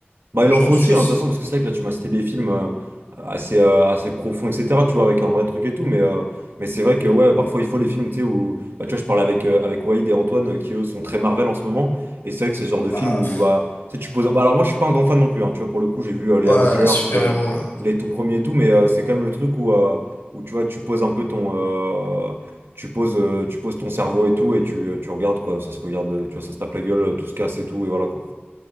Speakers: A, on the right (about 70°); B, on the left (about 70°).
A: Bah, il
B: genre,
A: en faut aussi,
B: tu vois,
A: hein,
B: ça-
A: de toute façon, parce que c'est vrai que là, tu m'as cité des films euh, assez, euh, assez profonds, etc., tu vois, avec un vrai truc et tout, mais, euh, mais c'est vrai que, ouais, parfois, il faut les films, tu sais, où, bah, tu vois, je parlais avec, euh, avec Waïd et Antoine, euh, qui, eux, sont très Marvel en ce moment, et c'est vrai que c'est ce genre de film
B: ah,
A: où,
B: pff,
A: bah, tu sais, tu poses un- bah, alors, moi, je suis pas un grand fan non plus, hein, tu vois, pour le coup, j'ai vu euh, les
B: ouais,
A: Avengers,
B: super-héros.
A: les, euh,
B: ouais.
A: les tout premiers et tout, mais euh, c'est quand même le truc où, euh, où, tu vois, tu poses un peu ton... euh, tu poses, euh, tu poses ton cerveau et tout, et tu, tu regardes, quoi, ça se regarde, tu vois, ça se tape la gueule, tout se casse et tout, et voilà, quoi.